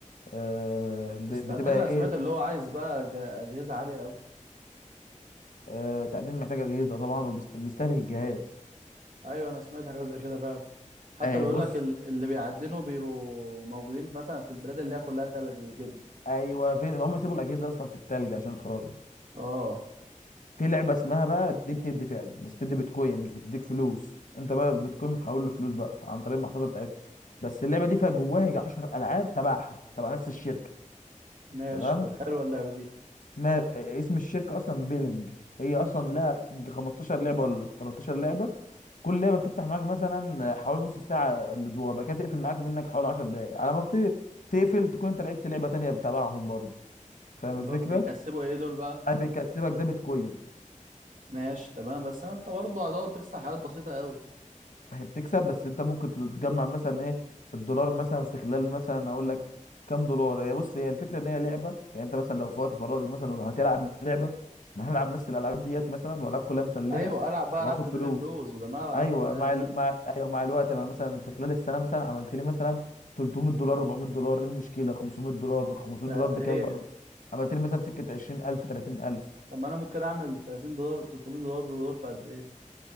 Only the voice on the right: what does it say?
بس تعدين
انا
سمعت اللي هو عايز بقى ج- اجهزه عاليه قوي
ايوه انا سمعت حاجه زي كده فعلا حتى
بيقول
لك ال- اللي بيعدنوا بيبقوا موجودين مثلا في البلاد اللي هي كلها تلج وكده
اه
ماشي
طب حلوه اللعبه دي
كلهم
بيكسبوا ايه دول بقى
ماشي تمام بس انت برضه هتقعد تكسب حاجات بسيطه قوي
ايوه العب بقى
العب تديني
فلوس وده ما العب العب
ببلاش
قد
ايه
طب ما انا ممكن اعمل 30 دولار 300 دولار دول في قد ايه